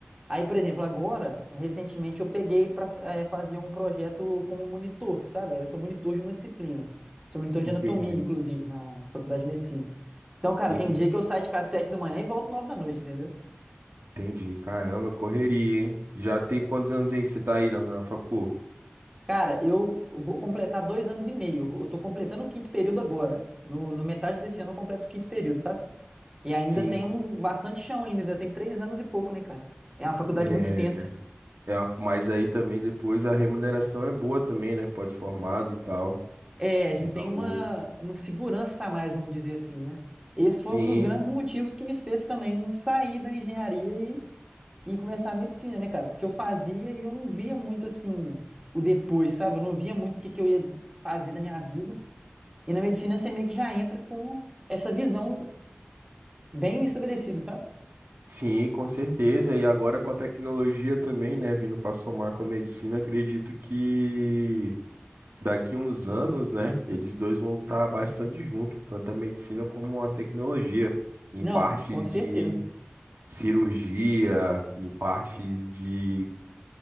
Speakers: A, on the right; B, on the right.
A: Aí, por exemplo, agora, recentemente eu peguei para fazer um projeto como monitor, sabe? Aí Eu sou monitor de uma disciplina. Sou monitor de
B: entendi,
A: anatomia, inclusive, na faculdade de medicina. Então, cara,
B: entendi,
A: tem dia que eu saio de casa sete da manhã e volto nove da noite, entendeu?
B: entendi. Caramba, correria, hein? Já tem quantos anos aí que você tá aí na, na facu?
A: Cara, eu vou completar dois anos e meio. Eu tô completando o quinto período agora. No, no metade desse ano eu completo o quinto período, sabe? E ainda
B: Cinco.
A: tem um bastante chão ainda, ainda tem três anos e pouco, né, cara? É uma faculdade
B: É,
A: muito extensa.
B: é, a- mas aí também depois a remuneração é boa também, né? Pós-formado e tal.
A: É, a gente
B: É
A: tem
B: algo.
A: uma, uma segurança a mais, vamos dizer assim, né? Esse foi
B: Sim,
A: um dos grandes motivos que me fez também sair da engenharia e, e começar a medicina, né, cara? Porque eu fazia e eu não via muito assim o depois, sabe? Eu não via muito o que que eu ia fazer da minha vida. E na medicina você meio que já entra com essa visão bem estabelecido, sabe?
B: Sim, com certeza. E agora com a tecnologia também, né, vindo para somar com a medicina, acredito que daqui uns anos, né, eles dois vão estar bastante juntos, tanto a medicina como a tecnologia, em
A: Não,
B: partes
A: com certeza.
B: de cirurgia, em partes de